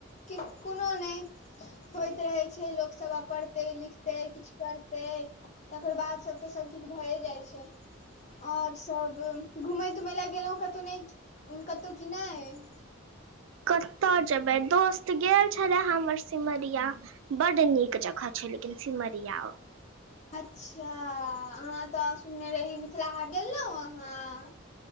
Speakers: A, on the left (about 35°); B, on the right (about 70°).
A: के-कुनो नैय होइत रहै छै, लोक सब आब पर्हतै लिख तै, किछ करतै, तकर बाद सब तऽ सब किछ भए जाइ छै और सब घूमैय- तुमैय लए गेलौ कतौ नै कतौ की नै?
B: कतय जेबै दोस्त गेल छले हमर सिमरिया। बड्ड नीक जगह छैय लेकिन सिमरिया।
A: अच्छा अहाँ तऽ सुनने रही मिथला हाट गेलौं अहाँ।